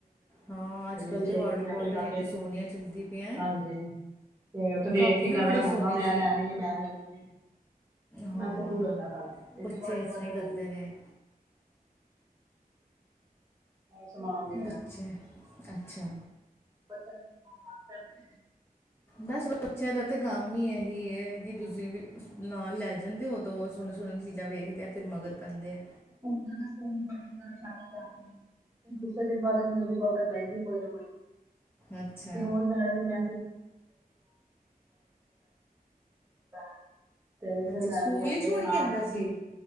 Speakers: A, on the left; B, on the right.
A: ਹਾਂ ਅੱਜ ਕੱਲ੍ਹ
B: ਵੀ
A: ਤਾਂ
B: ਲਏ
A: ਵਾਟਰ
B: ਸੀ ਨੇ
A: ਬੋਟਲ
B: ਆਪਣੇ ਕਾਕੇੇ
A: ਇੰਨੀ
B: ਦੀ
A: ਸੋਹਣੀਆਂ ਚਲਦੀ ਪਈਆਂ ਹੈ
B: ਹਾਂਜੀ। ਤੇ ਉੱਥੇ ਵੇਖ
A: ਕੱਪ ਵੀ
B: ਕੇ ਕਹਿੰਦਾ
A: ਬੜੇ
B: ਰਿਹਾ
A: ਸੋਹਣੇ
B: ਮੰਮਾ ਮੈਂ
A: ਸੀ
B: ਲੈਣੀ ਏ ਮੈਂ ਲੈਣੀ ਏ।
A: ਹਾਂ
B: ਮੈਂ ਤੇ ਤੂੰ ਲੇਲਾ ਪਹਿਲੇ ਇਹ
A: ਬੱਚੇ
B: ਦੀ ਵਾਟਰ
A: ਇਸ ਤਰ੍ਹਾਂ
B: ਬੋਤਲ
A: ਹੀ ਕਰਦੇ ਨੇ
B: ਸਮਾਨ ਦੀ,
A: ਬੱਚੇ ਅੱਛਾ,
B: <inaudible>
A: ਬਸ ਬੱਚਿਆਂ ਦਾ ਤਾਂ ਕੰਮ ਈ ਇਹੀ ਹੈ, ਕਿ ਤੁਸੀਂ
B: ਹੈ।
A: ਵੀ ਨਾਲ ਲੈ ਜਾ ਜਾਂਦੇ ਉਹ ਤੋਂ ਉਹ ਸੋਹਣੇ-ਸੋਹਣੀ ਚੀਜ਼ਾਂ ਵੇਖਦੇ ਆ ਫਿਰ ਮਗਰ ਪੈਂਦੇ ਆ।
B: ਸਕ ਸਕੋ ਬੋਟਲ ਵਗੈਰਾ ਆਪਣੇ <inaudible> ਦੂਸਰੇ ਦਿਨ ਬਾਅਦ ਇਹਨੂੰ ਨਵੀਂ ਬਲਤ ਚਾਹੀਦੀ, ਕੋਈ ਨਾ ਕੋਈ
A: ਅੱਛਾ
B: ਰੋਜ਼ ਮੈਡਮ ਨੂੰ ਮੈ <unintelligible> ਤੇ ਫੇਰ
A: ਅੱਛਾ
B: ਮੈਡਮ
A: ਸਕੂਲ
B: ਕਹਿੰਦੇ
A: ਹੀ ਛੋੜ
B: ਆ,
A: ਕੇ
B: ਹਾਂ
A: ਆਂਦਾ
B: ਇਥੇ
A: ਸੀ
B: ਈ।